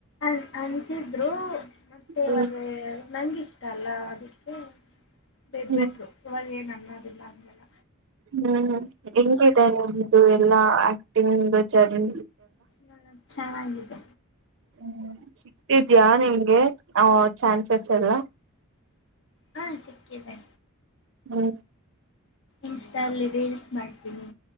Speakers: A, on the left; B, on the right.
A: ಅನ್ ಅಂತಿದ್ರು <unintelligible>
B: ಹ್ಮ್
A: ನಂಗಿಷ್ಟ ಅಲ್ಲ ಅದಕ್ಕೆ ಬೆ
B: ಹ್ಮ್
A: ಬಿಡ್ರು ಇವಾ <inaudible> <inaudible> ಹಂಗೆಲ್ಲ
B: ಹ್ಮ್ ಹೆಂಗಿದೆ ನಿಮ್ದು ಎಲ್ಲಾ ಆಕ್ಟಿಂಗ್ ದು ಜರ್ನಿ
A: ಹ ಚೆನ್ನಿದ್ದ
B: ಹ್ಮ ಸಿಗ್ತಿದ್ಯಾ ನಿಂ್ಗೆ ಹ ಚಾನ್ಸಸ್ ಎಲ್ಲ
A: ಹಾ ಸಿಕ್ಕಿದೆ
B: ಹ್ಮ
A: ಇನ್ಸ್ಟಲ್ಲಿ ರೀಲ್ಸ್ ಮಾಡ್ತೀನಿ